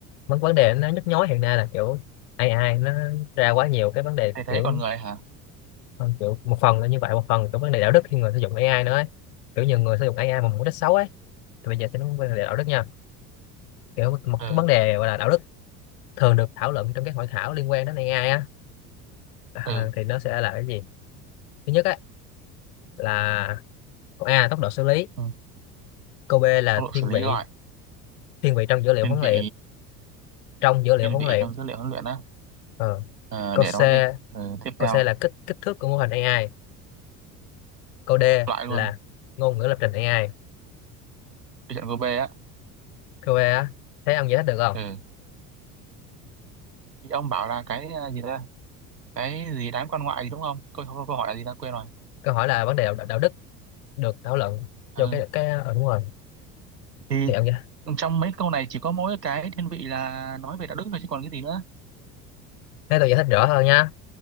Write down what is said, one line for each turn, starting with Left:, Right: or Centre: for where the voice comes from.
Left: vấn vấn đề nó nhức nhối hiện nay là kiểu ai ai nó ra quá nhiều cái vấn đề
Right: thầy thấy
Left: kiểu
Right: con người hả
Left: kiểu một phần là như vậy một phần là cái vấn đề đạo đức khi người sử dụng AI nữa ấy. kiểu nhiều người sử dụng AI mà mục đích xấu ấy Thì bây giờ sẽ nói về vấn đề đạo đức nha kiểu một,
Right: ừ
Left: cái vấn đề gọi là đạo đức thường được thảo luận trong các hội thảo liên quan đến AI á à,
Right: ừ
Left: thì nó sẽ là cái gì thứ nhất á là câu A tốc độ xử lý
Right: Ừ.
Left: câu B là
Right: tốc độ
Left: thiên
Right: xử lý
Left: vị
Right: gọi
Left: thiên vị trong dữ liệu
Right: thiên
Left: huấn luyện
Right: vị
Left: trong dữ liệu
Right: thiên
Left: huấn
Right: vị
Left: luyện
Right: trong dữ liệu huấn luyện á
Left: Ờ.
Right: Ờ,
Left: câu
Right: để
Left: C
Right: đó đi Ờ, tiếp
Left: câu
Right: theo
Left: C là kích kích thước của mô hình AI câu D
Right: loại luôn
Left: là ngôn ngữ lập trình AI
Right: cái trận cô bê á
Left: câu E á thấy ông giải thích được không
Right: ừ. thì ông bảo là cái ờ, gì ta cái gì đám quan ngoại gì đúng không câu, câu, câu hỏi là gì ta quên rồi
Left: câu hỏi là vấn đề đạo, đạo đức được thảo luận
Right: ừ.
Left: vô cái cái ờ ừ, đúng rồi
Right: thì
Left: thì ông giải thấy
Right: trong mấy câu này chỉ có mỗi cái thiên vị là nói về đạo đức thôi chứ còn cái gì nữa
Left: tôi giải thích rõ hơn nhá.